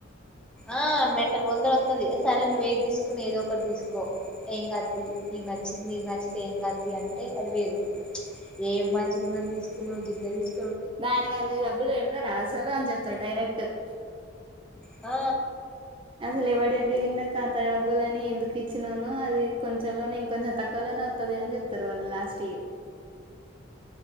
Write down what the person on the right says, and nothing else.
దానికి అంద డబ్బులు పెడతారా అసలు అని చెప్తాారు డైరెక్ట్ అట్
అసలు ఎవాడండి నిన్న కాంత డబ్బులుని ఎందుకు ఇచ్చినాను అది కొంచెంలోనే ఇంకంచం తక్కువలోనే వత్తది అని చెప్తారు వాళ్ళు లాస్ట్ ఇయర్